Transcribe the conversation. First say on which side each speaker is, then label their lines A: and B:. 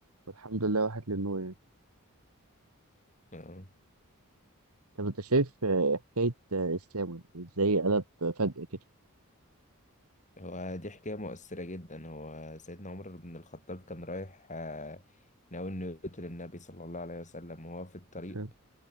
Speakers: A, on the right; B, on the left.
A: والحمد لله راحت للنور يعني
B: آه.
A: طب انت شايف آه، حكايه آه، اسلامه يعني ازاي قلب فجاه كده
B: هو دي حكاية مؤثرة جدا هو سيدنا عمر بن الخطاب كان رايح آه، ناوي انه يقتل النبي صلى الله عليه وسلم وهو في الطريق
A: فاهم؟